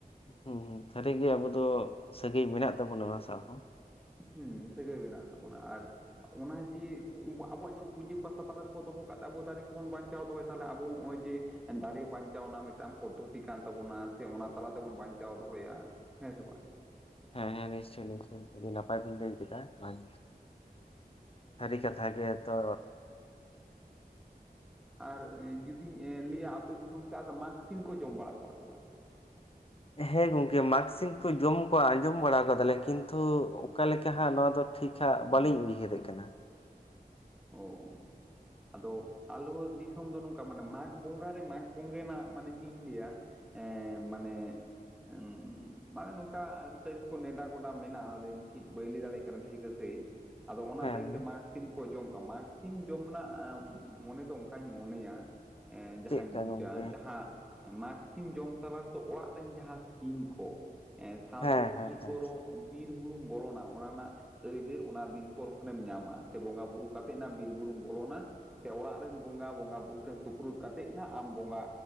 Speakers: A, on the left; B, in the centre.
A: ᱦᱩᱸ, ᱦᱩᱸ, ᱥᱟᱹᱨᱤᱜᱮ ᱟᱵᱚ ᱫᱚ ᱥᱟᱹᱜᱟᱹᱭ ᱢᱮᱱᱟᱜ ᱛᱟᱵᱚᱱᱟ ᱚᱱᱟ ᱥᱟᱶ ᱦᱚᱸ᱾
B: ᱦᱩᱸ, ᱥᱟᱹᱜᱟᱹᱭ ᱵᱮᱱᱟᱜ ᱛᱟᱵᱚᱱᱟ ᱟᱨ ᱚᱱᱟ ᱡᱮ ᱩᱸᱵᱟ ᱟᱵᱚᱣᱟᱜ ᱧᱮ ᱯᱩᱡᱟᱹ-ᱯᱟᱥᱟ ᱛᱟᱞᱟ ᱨᱮᱠᱚ ᱫᱚᱦᱚ ᱠᱟᱜ ᱛᱮ, ᱟᱵᱚ ᱫᱟᱨᱮ ᱠᱚᱵᱚᱱ ᱵᱟᱧᱪᱟᱣ ᱫᱚᱦᱚᱭ, ᱛᱟᱦᱞᱮ ᱟᱵᱚ ᱶᱚᱜᱼᱚᱭ ᱡᱮ ᱫᱟᱨᱮ ᱵᱟᱧᱪᱟᱣ ᱱᱟᱜ ᱢᱤᱴᱟᱝ ᱯᱚᱫᱽᱫᱷᱚᱛᱤ ᱠᱟᱱ ᱛᱟᱵᱚᱱᱟ ᱟᱨᱥᱮ ᱚᱱᱟ ᱛᱟᱞᱟ ᱛᱮᱵᱚᱱ ᱵᱟᱧᱪᱟᱣ ᱫᱚᱦᱚᱭᱟ᱾ ᱦᱮᱸ ᱥᱮ ᱵᱟ!
A: ᱦᱮᱸ, ᱦᱮᱸ, ᱱᱤᱥᱪᱚᱭ-ᱱᱤᱥᱪᱚᱭ ᱚᱰᱤ ᱱᱟᱯᱟᱭ ᱪᱤᱱᱛᱟᱹ ᱠᱮᱫᱟ ᱢᱟᱥ ᱛᱷᱟᱨᱤ ᱠᱟᱛᱷᱟ ᱜᱮ ᱛᱚ᱾
B: ᱟᱨ ᱮᱸ ᱡᱩᱫᱤᱧ ᱮᱸ ᱞᱟᱹᱭᱟ ᱟᱯᱮ ᱫᱤᱥᱚᱢ ᱥᱮᱜ ᱟᱥᱮ 'ᱢᱟᱜᱽ ᱥᱤᱢ' ᱠᱚ ᱡᱚᱢ ᱵᱟᱲᱟ ᱠᱚᱜᱣᱟ ᱥᱮ ᱵᱟᱝ?
A: ᱦᱮᱸ ᱜᱚᱝᱠᱮ, 'ᱢᱟᱜᱽ ᱥᱤᱢ' ᱠᱚ ᱡᱚᱢ ᱠᱚᱣᱟ ᱟᱸᱡᱚᱢ ᱵᱟᱲᱟ ᱠᱟᱫᱟᱞᱮ᱾ ᱠᱤᱱᱛᱩ ᱚᱠᱟ ᱞᱮᱠᱟ ᱦᱟᱸᱜ ᱱᱚᱣᱟ ᱫᱚ? ᱴᱷᱤᱠᱷᱟᱜ ᱵᱟᱹᱞᱤᱧ ᱩᱭᱦᱟᱹᱨᱮᱜ ᱠᱟᱱᱟ!
B: ᱚᱣ᱾ ᱟᱫᱚ ᱟᱞᱚ ᱫᱤᱥᱚᱢ ᱫᱚ ᱱᱚᱝᱠᱟ ᱢᱟᱱᱮ 'ᱢᱟᱜᱽ ᱵᱚᱸᱜᱟ' ᱨᱮ 'ᱢᱟᱜᱽ ᱵᱚᱸᱜᱮ' ᱱᱟᱜ ᱢᱟᱱᱮ ᱪᱮᱜ ᱤᱧ ᱞᱟᱹᱭᱟ! ᱮᱸ ᱢᱟᱱᱮ ᱧᱟ ᱩᱸ ᱢᱟᱱᱮ ᱱᱚᱝᱠᱟ ᱛᱟᱹᱨᱤᱵ ᱠᱚ ᱱᱮᱰᱟ-ᱜᱚᱰᱟ ᱢᱮᱱᱟᱜᱼᱟ, ᱟᱫᱚ ᱤᱱ ᱴᱷᱤᱠ ᱵᱟᱹᱧ ᱞᱟᱹᱭ ᱫᱟᱲᱮᱭᱟᱜ ᱠᱟᱱᱟ ᱴᱷᱤᱠ ᱟᱥᱮ ᱥᱮᱹᱻ ᱟᱫᱚ ᱚᱱᱟ
A: ᱦᱮᱸ
B: ᱛᱟᱭᱤᱢ ᱛᱮ 'ᱢᱟᱜᱽ ᱥᱤᱢ' ᱠᱚ ᱡᱚᱢ ᱠᱚᱣᱟ 'ᱢᱟᱜᱽ ᱥᱤᱢ' ᱡᱚᱢ ᱱᱟᱜ ᱟᱼᱢ ᱢᱚᱱᱮ ᱫᱚ ᱚᱝᱠᱟᱧ ᱢᱚᱱᱮᱭᱟ᱾ ᱮᱸ ᱡᱟᱦᱟᱧ
A: ᱪᱮᱫᱠᱟ
B: ᱵᱩᱡᱟ,
A: ᱜᱚᱝᱠᱮ
B: ᱡᱟᱦᱟᱸ ᱮ 'ᱢᱟᱜᱽ ᱥᱤᱢ' ᱡᱚᱢ ᱛᱟᱞᱟᱫᱽ ᱫᱚ ᱚᱲᱟᱜ ᱨᱮᱱ ᱡᱟᱦᱟᱸ ᱥᱤᱧ ᱠᱚ ᱮᱸ ᱥᱟᱶᱛᱮ
A: ᱦᱮᱸ ᱦᱮᱸ
B: ᱵᱤᱨ,
A: ᱦᱮᱸ
B: ᱵᱳᱨᱳ ᱵᱤᱨ, ᱵᱩᱨᱩᱢ ᱵᱚᱞᱚᱱᱟ ᱚᱱᱟ ᱱᱟᱜ ᱟᱹᱭᱫᱟᱹᱨ, ᱚᱱᱟ ᱫᱤᱱ ᱯᱚᱨ ᱠᱷᱚᱱᱮᱢ ᱧᱟᱢᱟ ᱥᱮ ᱵᱚᱸᱜᱟ ᱵᱩᱨᱩ ᱠᱟ ᱛᱮᱱᱟ ᱵᱤᱨ, ᱵᱩᱨᱩᱢ ᱵᱚᱞᱚᱱᱟ᱾ ᱥᱮ ᱚᱲᱟᱜ ᱨᱮᱱ ᱵᱚᱸᱜᱟ, ᱵᱚᱸᱜᱟ-ᱵᱩᱨᱩ ᱴᱷᱮᱱ ᱥᱩᱯᱨᱩᱫ ᱠᱟᱛᱮ ᱱᱟᱜ, ᱟᱢ ᱵᱚᱸᱜᱟ